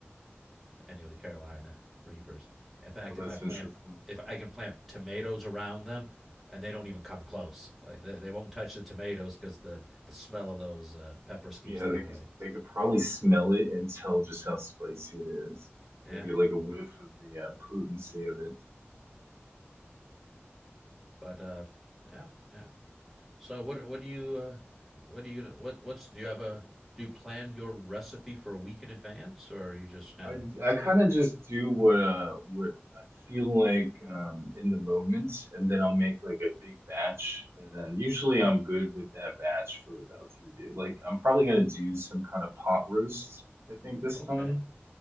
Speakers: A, in the centre; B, on the right.
A: any of the Carolina reapers. In fact,
B: Well,
A: if
B: that's
A: I plant
B: interesting.
A: if I can plant tomatoes around them, and they don't even come close. Like they, they won't touch the tomatoes because the the smell of those uh, peppers keeps
B: Yeah,
A: them
B: they
A: away.
B: could they could probably smell it and tell just how spicy it is.
A: Yeah.
B: They get like a whiff of the uh, potency of it.
A: But uh, yeah, yeah. So what what do you uh, what are you gonna what what's do you have a do you plan your recipe for a week in advance or are you just kind
B: I
A: of
B: I kind of just do what uh what I feel like um in the moment, and then I'll make like a big batch, and then usually I'm good with that batch for about three days. Like I'm probably gonna do some kind of pot roast, I think this
A: okay?
B: time,